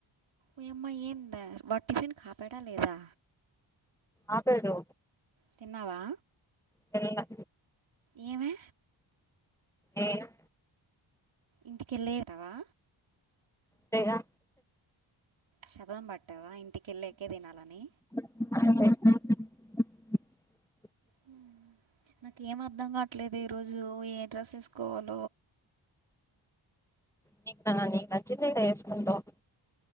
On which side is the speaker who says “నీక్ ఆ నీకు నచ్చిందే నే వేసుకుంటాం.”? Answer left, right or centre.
Centre